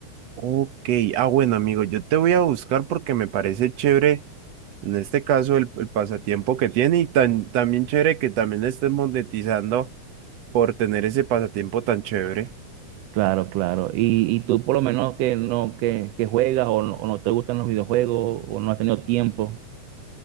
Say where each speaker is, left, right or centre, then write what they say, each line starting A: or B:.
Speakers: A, on the right; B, on the right.
A: Ok, ah, bueno, amigo, yo te voy a buscar porque me parece chévere, en este caso, el, el pasatiempo que tiene y tan, también chévere que también estés monetizando por tener ese pasatiempo tan chévere.
B: Claro, claro. Y, y tú por lo menos que no que, que juegas o no, o no te gustan los videojuegos o no has tenido tiempo.